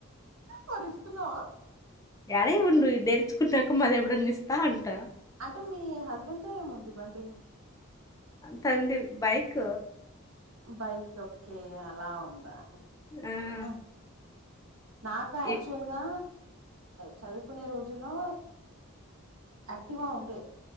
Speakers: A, on the right; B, on the left.
A: మరి ఇస్తున్నావా
B: ఎలా ఉండు నేర్చుకున్నాక మళ్ళ ఎప్పుడన్న ఇస్తా అంటా
A: అంటే మీ హస్బెండ్ తో ఏముంది బండి
B: తంది బైక్
A: బైక్ ఓకే అలా ఉందా
B: ఆ
A: ఆ నాకు యాక్చువల్
B: ఇ
A: గా చదువు కొనే రోజుల్లో యాక్టివ్గా ఉండే